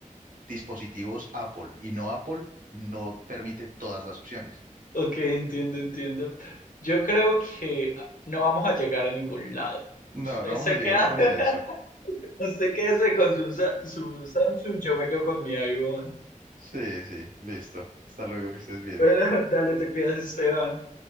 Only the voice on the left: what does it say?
Ok, entiendo, entiendo. Yo creo que no vamos a llegar a ningún lado.
Usted
se
queda,
<laughs> usted quédese con su, Sa- su Samsung, yo me quedo con mi iPhone.
Bueno, <laughs> dale, te cuidas, Esteban.